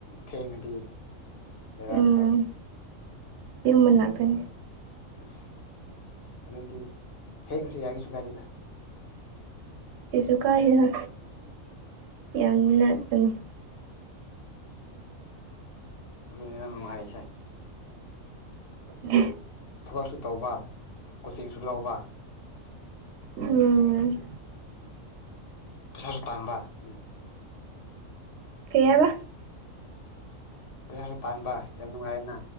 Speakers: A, on the left (about 50°); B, on the right (about 65°).
A: ꯊꯦꯡꯉꯗꯤ ꯔꯥꯛ
B: ꯎꯝ
A: ꯀꯥꯅꯤ
B: ꯌꯨꯝ ꯃꯅꯥꯥꯛꯇꯅꯤ
A: ꯑꯁ ꯑꯗꯨꯗꯤ ꯊꯦꯡꯅꯁꯨ ꯌꯥꯒꯁꯨ ꯀꯥꯏꯗꯦꯗ
B: ꯀꯩꯁꯨ ꯀꯥꯏꯗꯦꯍ <inaudible>
A: ꯑꯗꯨꯅꯦ ꯅꯪ ꯅꯨꯡꯉꯥꯏꯔꯤꯁꯦ
B: ꯒꯤ
A: ꯊꯕꯛꯁꯨ ꯇꯧꯕ ꯀꯣꯆꯤꯡꯁꯨ ꯂꯧꯕ
B: ꯎꯝ
A: ꯄꯩꯁꯥꯁꯨ ꯇꯥꯡꯕ ꯎꯝ
B: ꯀꯩ ꯍꯥꯏꯕ
A: ꯄꯩꯁꯥꯁꯨ ꯇꯥꯟꯕ ꯌꯥꯝ ꯅꯨꯡꯉꯥꯏꯔꯦ ꯅꯥ